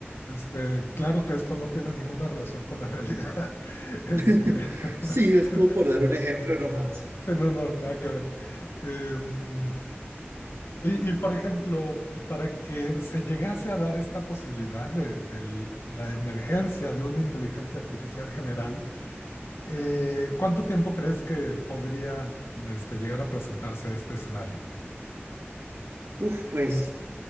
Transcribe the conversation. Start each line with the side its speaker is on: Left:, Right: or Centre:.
Left: este, claro que esto no tiene ninguna relación con la realidad. <laughs> Este,
Right: <laughs>
Left: <laughs>
Right: Sí, es como por dar un ejemplo nomás.
Left: sí, no, no, nada que ver. Em, y, y, por ejemplo, para que se llegase a dar esta posibilidad de, de la emergencia de una inteligencia artificial general, eh, ¿cuánto tiempo crees que podría este, llegar a presentarse este escenario?
Right: Uf, pues